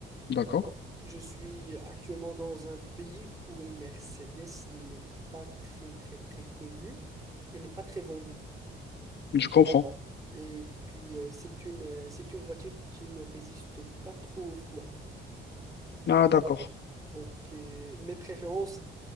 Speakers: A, on the left; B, on the right.
A: D'accord.
B: je suis actuellement dans un pays où Mercedes n'est pas très, très, très connue et n'est pas très vendue.
A: Je comprends.
B: Et puis, euh, c'est une, euh, c'est une voiture qui ne résiste pas trop au froid.
A: Ah, d'accord.
B: Donc, euh, mes préférences